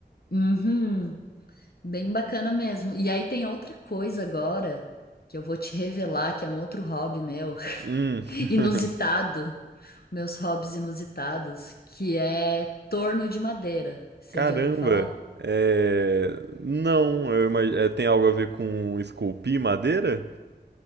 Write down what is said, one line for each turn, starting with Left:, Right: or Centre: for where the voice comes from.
Left: uhum, bem bacana mesmo. E aí tem outra coisa agora que eu vou te revelar, que é um outro hobby meu, <laughs>
Right: Hum.
Left: inusitado,
Right: <laughs>
Left: meus hobbies inusitados, que é torno de madeira. Você
Right: Caramba.
Left: já viu falar?
Right: É... Não, eu imag... é, tem algo a ver com esculpir madeira?